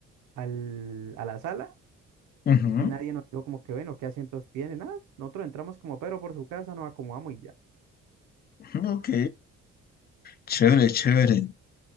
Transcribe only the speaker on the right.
al- a la sala
Y nadie nos dijo como que, bueno, ¿qué asientos tienen? Ah, nosotros entramos como pero por su casa, nos acomodamos y ya.